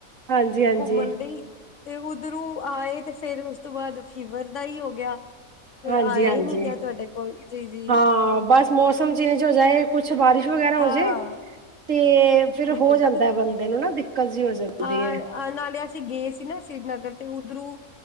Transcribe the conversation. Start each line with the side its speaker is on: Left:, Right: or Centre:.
Right: ਹਾਂਜੀ-ਹਾਂਜੀ,
Left: ਘੁੰਮਣ ਲਈ ਤੇ ਉਧਰੋਂ ਆਏ ਤੇ ਫੇਰ ਉਸ ਤੋਂ ਬਾਅਦ ਫੀਵਰ ਦਾ ਹੀ ਹੋ ਗਿਆ। ਫਿਰ
Right: ਹਾਂਜੀ-ਹਾਂਜੀ।
Left: ਆਇਆ ਹੀ ਨਹੀ ਗਿਆ ਤੁਹਾਡੇ ਕੋਲ ਜੀ- ਜੀ।
Right: ਹਾਂ ਬਸ ਮੌਸਮ ਚੇਜ ਹੋ ਜਾਏ ਕੁਛ ਸਿ ਬਾਰਿਸ਼ ਵਗੈਰਾ
Left: ਹਾਂ
Right: ਹੋਜੇ ਤੇ ਫਿਰ
Left: ਬਿਲਕੁਲ
Right: ਹੋ ਜਾਂਦਾ ਬੰਦੇ ਨੂੰ ਨਾ ਜਿਹੀ ਹੋ ਜਾਂਦੀ
Left: ਹਾਂ
Right: ਹੈ।
Left: ਨਾਲੇ ਅਸੀਂ ਗਏ ਸੀ ਨਾ ਸ੍ਰੀਨਗਰ ਤੇ ਉੱਧਰੋਂ